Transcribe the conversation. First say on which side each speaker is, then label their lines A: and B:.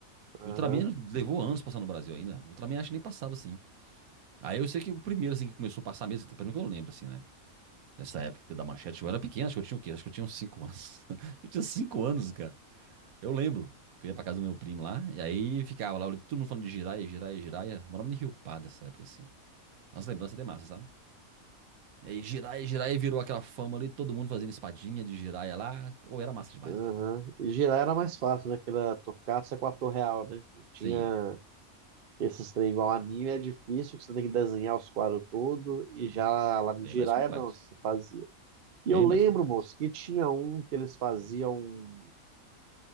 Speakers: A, on the right (about 50°); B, on the right (about 85°).
A: Aham,
B: E o Ultraman levou anos pra passar no Brasil ainda. O Ultraman acho que nem passava assim. Aí eu sei que o primeiro assim que começou a passar mesmo, pelo menos que eu lembro assim, né? Nessa época da manchete, eu era pequeno, acho que eu tinha o quê? Acho que eu tinha uns 5 anos. <laughs> Eu tinha 5 anos, cara. Eu lembro que eu ia pra casa do meu primo lá, e aí ficava lá, todo mundo falando de giraia, giraia, giraia. Eu Morava em Rio Pardo nessa época, assim. As lembranças até massa, sabe? E aí giraia, giraia virou aquela fama ali, todo mundo fazendo espadinha de giraia lá. Ou era massa demais,
A: aham.
B: velho.
A: E girar era mais fácil, né? Que era Tokusatsu é com a ator real, né? Tinha
B: Sim,
A: esses trem igual anime, é difícil, que você tem que desenhar os quadros tudo, e já lá em
B: bem
A: Jiraiya,
B: mais complexo.
A: não, você faz E
B: Bem
A: eu lembro,
B: mais complexo.
A: moço, que tinha um que eles faziam.